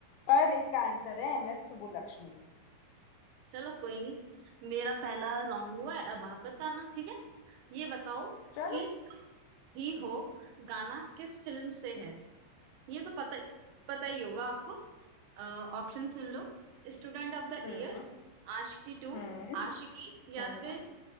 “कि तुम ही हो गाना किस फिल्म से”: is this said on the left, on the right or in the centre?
Right